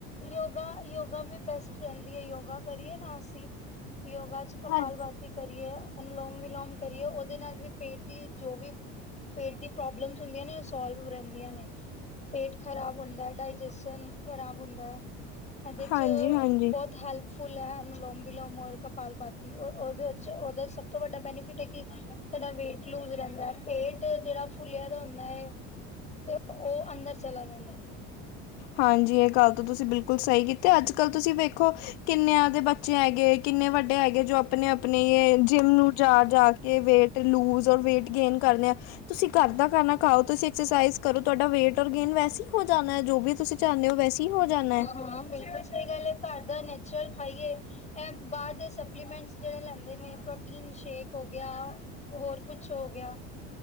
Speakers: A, on the left; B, on the left.
A: ਯੋਗਾ ਯੋਗਾ ਵੀ ਬੈਸਟ ਰਹਿੰਦੀ ਹੈ ਯੋਗਾ ਕਰੀਏ ਨਾ ਅਸੀਂ ਯੋਗਾ ਚ ਕਪਾਲ
B: ਹਾਂਜੀ
A: ਬਾਤੀ ਕਰੀਏ। ਅਨਲੋਮ ਵਿਲੋਮ ਕਰੀਏ ਉਹਦੇ ਨਾਲ ਵੀ ਪੇਟ ਦੀ ਜੋ ਵੀ ਪੇਟ ਦੀ ਪ੍ਰੋਬਲਮਸ ਹੁੰਦੀਆਂ ਨੇ ਉਹ ਸੋਲਵ ਰਹਿੰਦੀਆਂ ਨੇ ਪੇਟ ਖਰਾਬ ਹੁੰਦਾ ਡਾਇਜੇਸ਼ਨ ਖਰਾਬ ਹੁੰਦਾ, ਇਹਦੇ
B: ਹਾਂਜੀ
A: ਚ
B: ਹਾਂਜੀ
A: ਬਹੁਤ ਹੈਲਪ ਫੁੱਲ ਹੈ ਅਨੁਲੋਮ ਬਿਲੋਮ ਔਰ ਕਪਾਲ ਬਾਤੀ ਉਹਦੇ ਉਹਦਾ ਸਭ ਤੋਂ ਵੱਡਾ ਬੈਨੀਫਿਟ ਹੈ ਕਿ ਸਾਡਾ ਵੇਟ ਲੂਜ ਰਹਿੰਦਾ ਹੈ ਪੇਟ ਜਿਹੜਾ ਫੁਲਿਆਂ ਦਾ ਹੁੰਦਾ ਹੈ ਤੇ ਉਹ ਅੰਦਰ ਚਲਾ ਜਾਂਦਾ ਹੈ।
B: ਹਾਂਜੀ ਇਹ ਗੱਲ ਤਾਂ ਤੁਸੀਂ ਬਿਲਕੁਲ ਸਹੀ ਕੀਤੀ ਅੱਜ ਕੱਲ ਤੁਸੀਂ ਵੇਖੋ ਕਿੰਨਿਆਂ ਦੇ ਬੱਚੇ ਹੈਗੇ ਕਿੰਨੇ ਵੱਡੇ ਹੈਗੇ ਜੋ ਆਪਣੇ ਆਪਣੇ ਜਿੰਮ ਨੂੰ ਜਾ ਜਾ ਕੇ ਵੇਟ ਲੂਜ ਔਰ ਵੇਟ ਗੇਨ ਕਰਦੇ ਆ। ਤੁਸੀਂ ਘਰ ਦਾ ਖਾਣਾ ਖਾਓ ਤੁਸੀਂ ਐਕਸਰਸਾਈਜ਼ ਕਰੋ ਤੁਹਾਡਾ ਵੇਟ ਔਰ ਗੇਨ ਵੈਸੇ ਹੋ ਜਾਣਾ ਹੈ ਜੋ ਵੀ ਤੁਸੀਂ ਚਾਹੁੰਦੇ ਹੋ ਵੈਸੇ ਹੀ ਹੋ ਜਾਣਾ ਹੈ
A: ਹਾਂ ਬਿਲਕੁਲ ਸਹੀ ਗੱਲ ਹੈ ਘਰ ਦਾ ਨੈਚੁਰਲ ਹੈਗੇ ਬਾਹਰ ਦੇ ਸਪਲੀਮੈਂਟ ਜਿਹੜੇ ਲੈਂਦੇ ਨੇ ਪ੍ਰੋਟੀਨ ਸ਼ੇਕ ਹੋਗ ਹੋ ਗਿਆ ਕੁਛ ਹੋ ਗਿਆ।